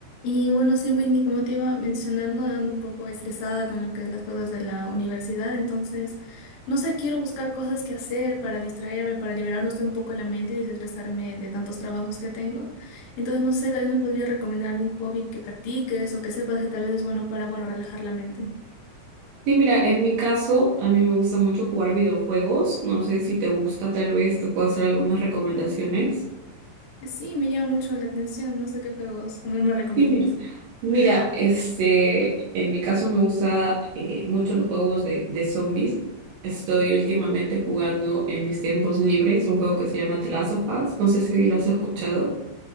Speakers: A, on the left (about 90°); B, on the right (about 75°).
A: Y bueno, sí, Windy, como te iba mencionando, ando un poco estresada con lo que es las cosas de la universidad, entonces, no sé, quiero buscar cosas que hacer para distraerme, para liberar usted un poco la mente y desestresarme de tantos trabajos que tengo. Entonces, no sé, tal vez me podría recomendar algún hobby que practiques o que sepas que tal vez es bueno para, bueno, relajar la mente.
B: Sí, mira, en mi caso, a mí me gusta mucho jugar videojuegos. No sé si te gusta, tal vez te puedo hacer algunas recomendaciones.
A: Sí, me llama mucho la atención, no sé qué juegos, a ver, me recomiendas.
B: Sí, mira. Mira, este, en mi caso me gusta eh, mucho los juegos de, de zombies. Estoy últimamente jugando en mis tiempos libres un juego que se llama The Last of Us. No sé si lo has escuchado.